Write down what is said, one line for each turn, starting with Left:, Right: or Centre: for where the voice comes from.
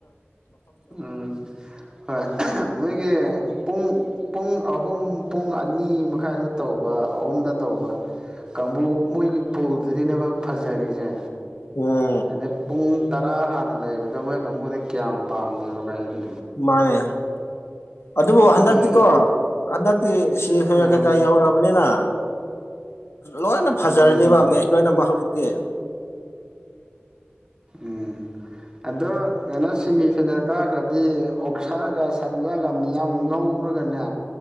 Right: ꯎꯝ ꯍꯣꯏ <unintelligible> ꯃꯣꯏꯒꯤ ꯄꯨꯡ ꯄꯨꯡ ꯑꯍꯨꯝ ꯄꯨꯡ ꯑꯅꯤ ꯃꯈꯥꯏꯗ ꯇꯧꯕ ꯑꯍꯨꯝꯗ ꯇꯧꯕ ꯀꯥꯡꯕꯨ ꯃꯣꯏꯒꯤ ꯄꯨꯜꯗꯨꯗꯤꯅꯦꯕ ꯐꯖꯔꯤꯁꯦ
Left: ꯎꯝ
Right: ꯑꯗꯩ ꯄꯨꯡ ꯇꯔꯥ ꯍꯥꯟꯅ ꯂꯩꯕꯗꯣ ꯃꯣꯏ ꯀꯥꯡꯕꯨꯗꯤ ꯀꯌꯥꯝ ꯄꯥꯝꯗꯦꯕ ꯒꯥꯔꯤꯗꯨ
Left: ꯃꯥꯅꯦ ꯑꯗꯨꯕꯨ
Right: ꯍꯥꯏꯗꯤ
Left: ꯍꯟꯗꯛꯇꯤꯀꯣ ꯍꯟꯗꯛꯇꯤ ꯁꯤ ꯍꯦꯟ
Right: ꯎꯝ
Left: ꯀꯩꯀꯥ ꯌꯎꯔꯕꯅꯤꯅ ꯂꯣꯏꯅ ꯐꯖꯔꯅꯤꯕ
Right: ꯎꯝ
Left: ꯃꯦꯁ ꯂꯣꯏꯅꯃꯛ ꯍꯧꯖꯤꯛꯇꯤ
Right: ꯎꯝ ꯑꯗꯣ ꯀꯩꯅꯣ ꯁꯦꯃꯤꯐꯥꯏꯅꯦꯜ ꯀꯥꯈ꯭ꯔꯗꯤ ꯑꯣꯛꯁꯥꯒ ꯁꯟꯖꯥꯒ ꯃꯤꯌꯥꯝ ꯉꯧꯔꯒꯅꯦ